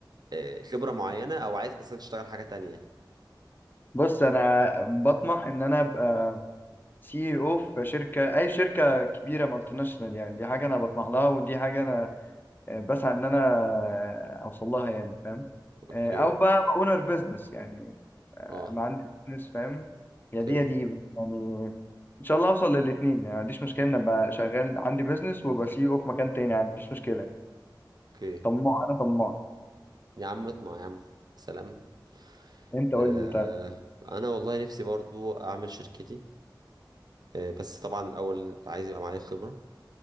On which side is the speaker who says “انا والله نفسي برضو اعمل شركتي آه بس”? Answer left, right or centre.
Right